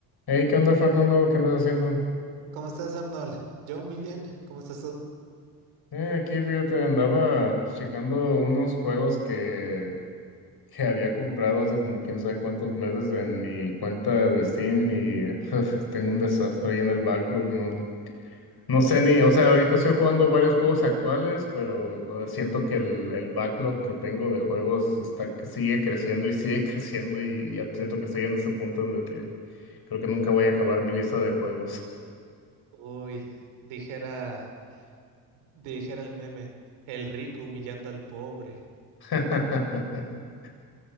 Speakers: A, on the left; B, on the right.
A: Hey, ¿qué onda, Fernando? ¿Qué andas haciendo?
B: ¿Cómo estás, Arnold? Yo muy bien. ¿Cómo estás tú?
A: Eh, aquí, fíjate, andaba checando unos juegos que, que había comprado hace como quién sabe cuántos meses en mi cuenta de Steam y <laughs> tengo un desastre ahí en el backlog, no, no sé ni, o sea, ahorita estoy jugando varios juegos actuales, pero eh, siento que el, el backlog que tengo de juegos está, que sigue creciendo y sigue <laughs> creciendo y ya siento que estoy en ese punto en el que creo que nunca voy a acabar mi lista de juegos.
B: Uy, dijera, dijera el meme, el rico humillando al pobre.
A: <laughs>